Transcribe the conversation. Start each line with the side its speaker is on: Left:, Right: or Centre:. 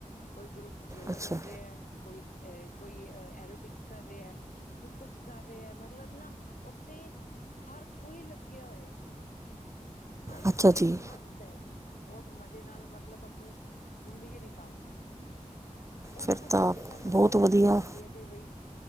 Left: ਕੋਈ ਗਰੁੱਪ ਯੋਗਾ
Right: ਅੱਛਾ
Left: ਕਰ ਰਿਹਾ ਕੋਈ ਅ ਕੋਈ ਐਰੋਬਿਕ ਕਰ ਰੇਆ, ਕੁਛ ਕਰ ਰੇਆ ਮਤਲਬ ਨਾ ਓਥੇ ਹਰ ਕੋਈ ਲੱਗਿਆ ਹੋਇਆ। ਹਰ
Right: ਅੱਛਾ
Left: ਕੋਈ
Right: ਜੀ
Left: ਮਸਤ ਐ ਜੀ, ਬਹੁਤ ਮਜ਼ੇ ਨਾਲ ਮਤਲਬ ਆਪਣੀ ਜ਼ਿੰਦਗੀ ਨਿਕਾਲ ਦੈ। ਓਨਾਂ
Right: ਫਿਰ
Left: ਨੂੰ ਦੇਖ
Right: ਤਾਂ
Left: ਕੇ ਸਾਨੂੰ
Right: ਬਹੁਤ
Left: ਹੋਰ
Right: ਵਧੀਆ
Left: ਖੁਸ਼ੀ ਹੁੰਦੀ ਆ। ਕਿ ਬਈ